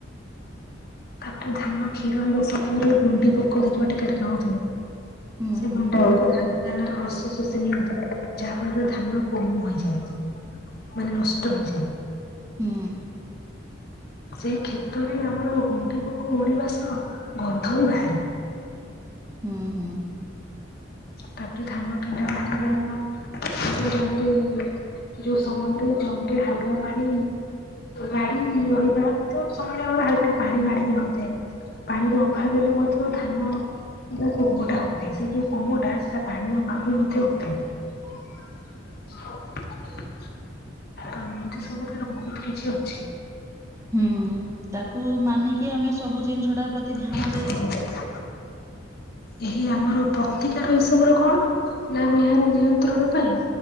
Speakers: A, on the left; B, on the right.
A: ତାପରେ ଧାନ କ୍ଷୀର ଏ ସମୟରେ ଗୁଣ୍ଡି ପୋକ ଦେଖିବା ଟିକେ ଗାଁଥିବ।
B: ହୁଁ
A: ସେ <unintelligible>
B: ହୁଁ ହୁଁ
A: ଶୋଷ ନିଅନ୍ତୁ। ଧାନ କମ ହୋଇଯାଏ ମାନେ ନଷ୍ଟ ହେଇଯାଏ।
B: ହୁଁ
A: ସେଇ କ୍ଷତ। ଖେତରେ ଆମର ଗୁଣ୍ଡି ପୋକ ଉଡ଼ିବା ସହ ଗନ୍ଧରୁ ବାହାରେ।
B: ହୁଁ ହୁଁ।
A: ତାପରେ ଧାନ କିଣ୍ଡା ବାହାରିବ ଏବଂ ଜମିରେ ଯୋଉ ସମୟରେ ଜମିରେ ହାଲୁଆ ପାଣି ଗଡି ରହି। ହାଲକା ପାଣି ମାଡିକି ରହିଥାଏ। ପାଣିର ଅଭାବ ହେଲେ ମଧ୍ୟ ଧାନ ବା କୋହମଟା ହଉଥାଏ ସେ ଯଉ। କମୁ ଟା ସେ ଟା। <unintelligible> ତ ଏମିତି ସବୁ ଥରେ ବହୁତ କିଛି ଅଛି।
B: ହୁଁ ତାକୁ ମାନିକି ଆମେ ସବୁ ଜିନିଷ ଟା ପ୍ରତି ଧ୍ୟାନ
A: ଖରାପ
B: ଦେଇକି।
A: ଭାବେ ଏହି ଆମର। ପ୍ରତିକାର ଏସବୁରେ କଣ ନା ଆମେ ଏହାର ନିୟନ୍ତ୍ରଣ ପାଇଁ